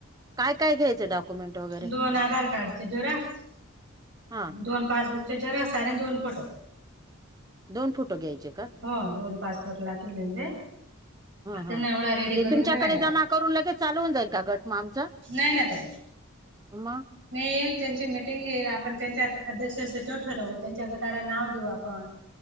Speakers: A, on the right; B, on the right.
A: काय काय घ्यायचं डॉक्युमेंट वगैरे
B: दोन आधार कार्डचे झेरॉक्स
A: हां
B: दोन पासबुकचे झेरॉक्स आणि दोन फोटो.
A: दोन फोटो घ्यायचे का
B: हो दोन पासपोर्ट लागतील तेंचे.
A: हां
B: त्यांना
A: हां
B: एवढा रेडी
A: ते
B: करून
A: तुमच्याकडे
B: ठेवायला लाव
A: जमा करून लगेच चालू होऊन जाईल का गट म आमचा?
B: नाही ना ताई
A: म
B: मी येईल त्यांची मिटिंग घेईल आपण त्यांच्यात अध्यक्ष सचिव ठरवू, त्यांच्या गटाला नाव देऊ आपण.